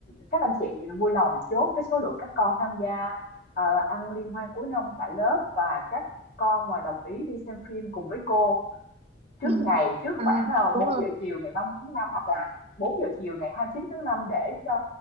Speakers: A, on the left (about 55°); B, on the right (about 35°).
A: các anh chị vui lòng chốt cái số lượng các con tham gia ờ, ăn liên hoan cuối năm tại lớp và các con mà đồng ý đi xem phim cùng với cô trước
B: ừ.
A: ngày trước
B: à
A: khoảng ờ,
B: đúng
A: bốn
B: rồi
A: giờ chiều ngày ba mươi tháng năm hoặc là bốn giờ chiều ngày hai mươi chín tháng năm để cho